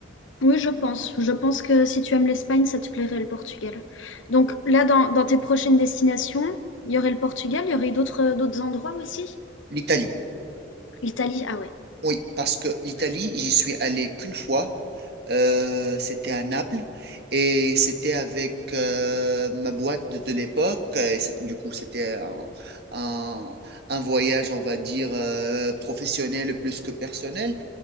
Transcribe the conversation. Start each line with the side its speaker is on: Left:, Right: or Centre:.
Left: Oui, je pense. Je pense que si tu aimes l'Espagne, ça te plairait le Portugal. Donc là, dans, dans tes prochaines destinations, il y aurait le Portugal, il y aurait d'autres d'autres endroits aussi?
Right: l'Italie.
Left: L'Italie, ah ouais.
Right: Oui, parce que l'Italie,
Left: ouais.
Right: j'y suis allé qu'une fois. Euh, c'était à Naples et c'était avec euh, ma boîte de, de l'époque. Et c'est- du coup, c'était un, un- un voyage, on va dire, euh, professionnel plus que personnel.